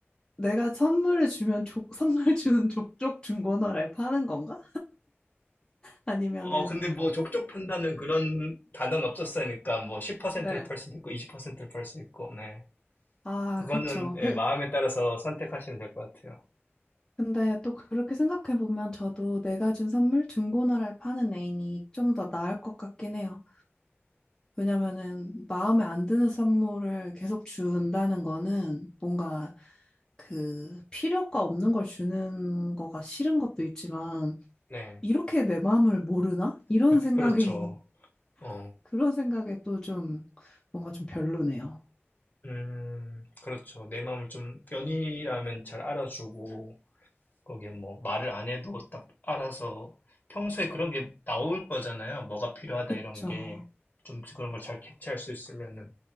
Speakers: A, on the left; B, on the left.
A: 내가 선물을 주면 족, 선물 <laughs> 주는 족족 중고나라에 파는 건가? 아니면은,
B: 어, 근데 뭐 족족 판다는 그런 단어는 없었으니까 뭐 10%를
A: 네.
B: 팔 수도 있고 20%를 팔 수 있고, 네.
A: 아,
B: 그거는
A: 그쵸.
B: 예,
A: 그,
B: 마음에 따라서 선택하시면 될 것 같아요.
A: 근데 또 그렇게 생각해 보면 저도 내가 준 선물 중고나라에 파는 애인이 좀 더 나을 것 같긴 해요. 왜냐면은 마음에 안 드는 선물을 계속 준다는 거는 뭔가 그 필요가 없는 걸 주는 거가 싫은 것도 있지만
B: 네.
A: 이렇게 내 마음을 모르나? 이런 생각이
B: 그렇죠. 어,
A: 그런 생각에 또 좀 뭔가 좀 별로네요.
B: 음, 그렇죠. 내 마음을 좀 연인이라면 잘 알아주고, 거기에 뭐 말을 안 해도 딱 알아서 평소에 그런 게 나올 거잖아요. 뭐가 필요하다
A: 그쵸.
B: 이런 게. 좀 그런 걸 잘 캐치할 수 있으면은